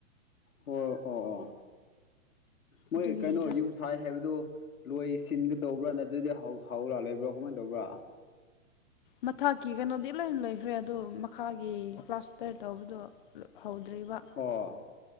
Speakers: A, on the left; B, on the left.
A: ꯑꯣ ꯑꯣ ꯑꯣ ꯃꯣꯏ
B: ꯑꯗꯨꯒꯤꯅꯤꯗ
A: ꯀꯩꯅꯣ ꯌꯨꯝ ꯁꯥꯏ ꯍꯥꯏꯕꯗꯨ ꯂꯣꯏꯁꯤꯟꯒꯗꯧꯕ꯭ꯔꯥ ꯅꯠꯇ꯭ꯔꯗꯤ ꯍꯧꯔꯥ ꯂꯩꯕ꯭ꯔꯥ ꯀꯃꯥꯏꯅ ꯇꯧꯕ꯭ꯔꯥ
B: ꯃꯊꯛꯀꯤ ꯀꯩꯅꯣꯗꯤ ꯂꯣꯏ ꯂꯣꯏꯈ꯭ꯔꯦ ꯑꯗꯣ ꯃꯈꯥꯒꯤ ꯄ꯭ꯂꯥꯁꯇꯔ ꯇꯧꯕꯗꯣ ꯍꯧꯗ꯭ꯔꯤꯕ
A: ꯑꯣ